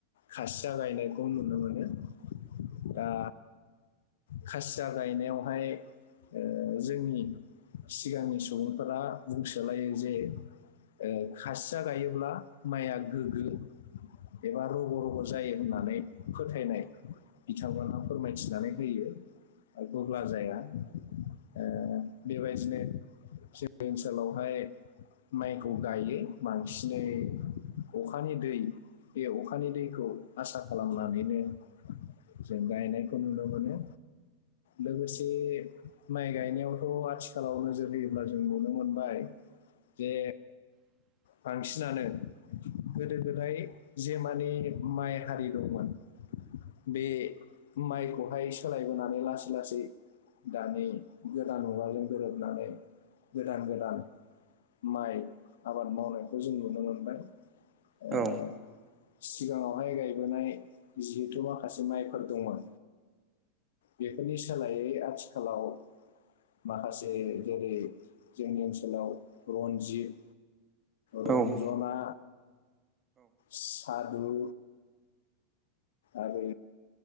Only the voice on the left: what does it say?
खासिया गायनायखौ नुनो मोनो दा। खासिया गायनायावहाय ओ जोंनि सिगांनि सुबुंफोरा बुंसोलायो जे ओ खासिया गायोब्ला माइया गोग्गो एबा रग' रग' जायो होननानै फोथायनाय बिथांमोनहा फोरमायथिनानै होयो ओ गुब्ला जाया ओ बेबायदिनो जोंनि ओनसोलावहाय माइखौ गायो बांसिनै अखानि दै बे अखानि दैखौ आसा खालामनानैनो जों गायनायखौ नुदों मोनो। लोगोसे माइ गायनायावथ' आथिखालाव नोजोर होयोब्ला जों नुनो मोनबाय। जे
बांसिनानो गोदो गोदाय जे मानि माइ हारि दंमोन बे माइखौहाय सोलायबोनानै लासै लासै दानि गोदान मुवाजों गोरोबनानै गोदान गोदान माइ आबाद मावनायखौ जों नुनो मोनबाय ओ
सिगाङावहाय गायबोनाय जिहेथु माखासे माइफोर दंमोन बेफोरनि सोलायै आथिखालाव माखासे जेरै जोंनि ओनसोलाव रनजित रन्जना
सादु आरो